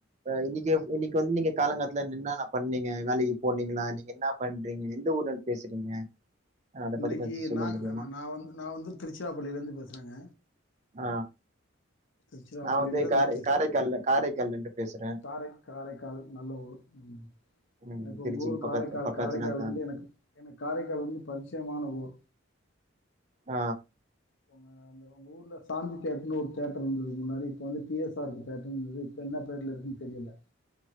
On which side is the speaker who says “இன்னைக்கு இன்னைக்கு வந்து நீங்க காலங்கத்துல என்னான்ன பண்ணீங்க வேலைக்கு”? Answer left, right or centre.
Right